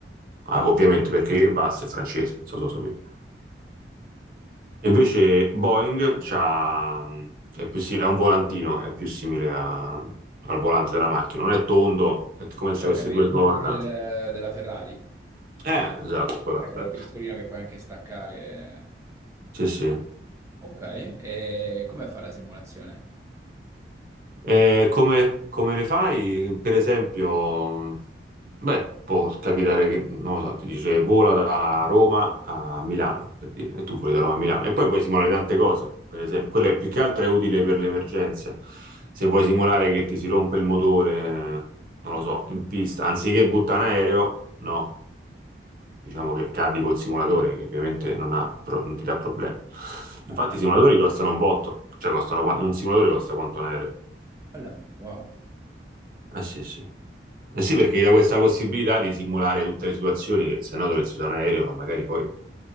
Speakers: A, on the right; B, on the right.
A: Ah, ovviamente perché Airbus è francese, non so se lo sapete. E invece Boeing c'ha, mh, è più si- è un volantino, è più simile a- al volante della macchina. Non è tondo, è come
B: Sì,
A: se
B: ho
A: avesse
B: capito,
A: due corna.
B: quello del- della Ferrari,
A: Eh, esatto, quella-
B: Cioè, quello
A: beh.
B: piccolino che puoi anche staccare.
A: Sì, sì.
B: Ok, e come fa la simulazione?
A: E come, come le fai? Per esempio, mh, beh, può capitare che, non lo so, ti dice vola da Roma a Milano, per dire, e tu voli da Roma a Milano. E poi puoi simulare tante cose, per esempio. Quello è- più che altro è utile per le emergenze. Se vuoi simulare che ti si rompe il motore, non
B: Eh,
A: lo so, in pista, anziché butta in aereo, no, diciamo che cadi col simulatore, che ovviamente non ha pro- non ti dà problemi.
B: mannaggia.
A: Infatti i simulatori costano un botto, cioè costano, qua- un simulatore costa quanto un aereo.
B: Bella, Wow.
A: Eh sì, sì. Eh sì, perché gli dà questa possibilità di simulare tutte le situazioni che se no dovresti usare un aereo, ma magari poi